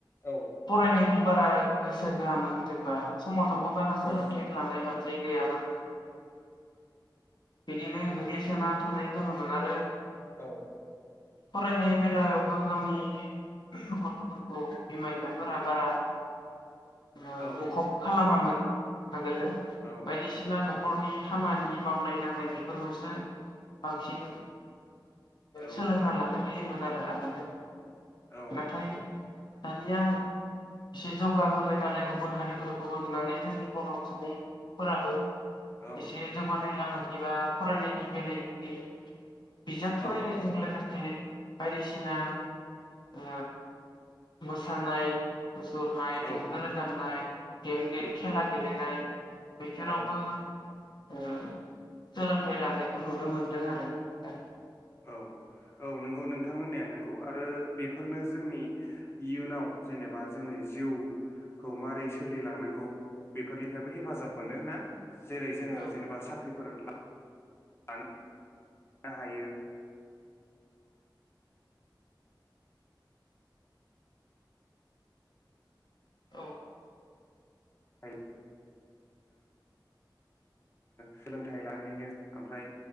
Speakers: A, on the left; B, on the left.
A: औ
B: फरायनाय बारा गोसो होआमोन जेबबा समाजावबो बारा सोलोंथाइ
A: औ
B: लानाय मानसि गैयामोन। बिदिनो गोग्लैसोना थानाय जङोमोन आरो
A: औ।
B: फरायनाय बेलायावबो गावनि गथ'फोरखौ बिमा बिफाफोरा बारा ओ
A: औ
B: मुखुब खालामामोन। आगोलो
A: औ
B: बायदिसिना न'खरनि
A: उम
B: खामानि मावनाय गाननाय बेफोरखौसो बांसिन
A: औ
B: सोलोंना लानो बे मोन आरो आगोलो
A: औ
B: नथायाइ दानिया एसे जौगाबोबाय नालाय गुबुन हारिफोरखौबो नुनानै जोंनि बर' सुबुंफोराबो
A: औ
B: बेसे ज बानाय म एबा फरायनायनि बेलायाव बिजाब
A: औ
B: फरायनायजों लोगोसे बायदिसिना ओ मोसानाय ु सुरनाय
A: औ
B: देंखो रोजाबनाय गेम गेल खेला गेलेनाय बेसेरावबो
A: औ
B: ओ सोलोंथाइ लानायखौ नुनो मोनदों आरो दा
A: औ औ नंगौ नोंथां होननाया नोंगौ आरो बेफोरनो जोंनि इयुनाव जेनेबा जोंनि जिउखौ मारै सोलिलांनांगौ बेफोरनिफ्रायबो हेफाजाब मोनो ना जेरै जोङो
B: औ
A: जेनेबा साख्रिफोर <unintelligible> लानो हायो
B: औ।
A: <unintelligible> सोलोंथाइ लानानैनो ओमफ्राय